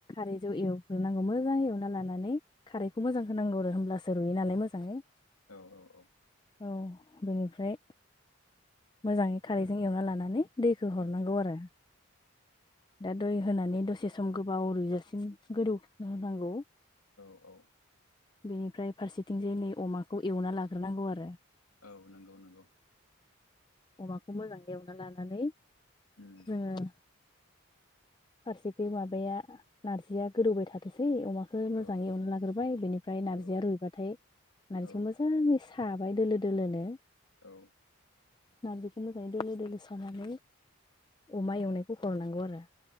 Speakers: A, on the left; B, on the left.
A: रैजौ एवग्रोनांगौ मोजां एवना लानानै खारैखौ मोजां होनांगौ आरो होमब्लासो रुयो नालाय मोजाङै
B: औ औ
A: औ बेनिफ्राय मोजाङै खारैजों एवना लानानै दैखौ हरनांगौ
B: औ
A: आरो दा दै होनानै दसे सम गो बाव रुयजासिम गोदौ होनांगौ
B: औ औ
A: बेनिफ्राय फारसेथिंजाय नै अमाखौ एवना लाग्रोनांगौ आरो
B: औ नोंगौ नोंगौ
A: अमाखौ मोजां एवना लानानै
B: उम
A: जोङो फारसेखै माबाया नार्जिया गोदौबाय थाथोंसै अमा खै
B: औ
A: मोजाङै एवना लाग्रोबाय बेनिफ्राय नार्जिया
B: औ
A: रुयबाथाय नार्जिखौ
B: औ
A: मोजाङै साबाय दोलो दोलोनो
B: औ
A: नार्जिखो मोजाङै दोलो दोलो सानानै अमा एवनायखौ हरनांगौ आरो